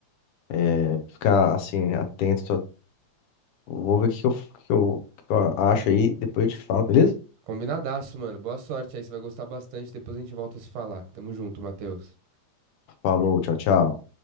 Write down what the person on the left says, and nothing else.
é, ficar, assim, atento. Tô- Vou ver o que que eu, que eu, que eu acho aí. Depois eu te falo, beleza?
Falou, tchau, tchau.